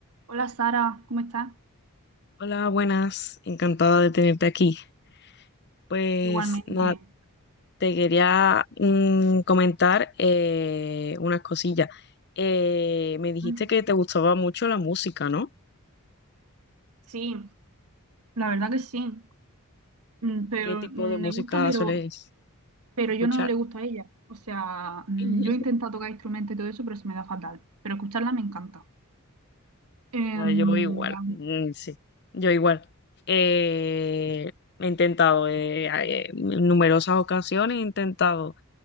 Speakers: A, on the right; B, on the left.
A: Hola Sara, ¿cómo estás?
B: Hola, buenas, encantada de tenerte aquí. Pues
A: Igualmente.
B: nada, te quería mm, comentar eh, unas cosillas. Eh, me dijiste
A: Mm,
B: que te gustaba mucho la música, ¿no?
A: Sí, la verdad que sí. Mm, Pero
B: ¿Y qué tipo
A: mm,
B: de música
A: me gusta, pero,
B: sueles
A: pero
B: escuchar?
A: yo no le gusto a ella. O sea, mm,
B: <laughs>
A: yo he intentado tocar instrumentos y todo eso, pero se me da fatal. Pero escucharla me encanta. Em,
B: Ya, Yo igual,
A: la-
B: mm, sí, yo igual. Eh, he intentado, eh, a- eh, en numerosas ocasiones he intentado